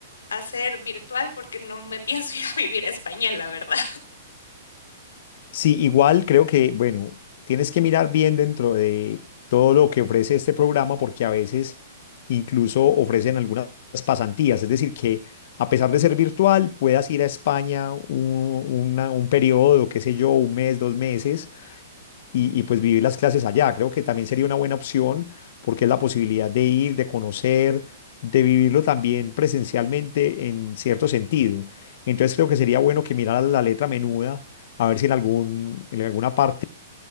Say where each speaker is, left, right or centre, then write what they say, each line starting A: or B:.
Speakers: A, on the left; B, on the left.
A: a ser virtual porque no me <laughs> pienso ir a vivir a España, la verdad.
B: Sí, igual creo que, bueno, tienes que mirar bien dentro de todo lo que ofrece este programa porque a veces incluso ofrecen algunas pasantías, es decir, que a pesar de ser virtual, puedas ir a España un, una- un periodo, qué sé yo, un mes, dos meses y, y, pues vivir las clases allá. Creo que también sería una buena opción porque es la posibilidad de ir, de conocer, de vivirlo también presencialmente en cierto sentido. Entonces creo que sería bueno que mirara la letra menuda, a ver si en algún, en alguna parte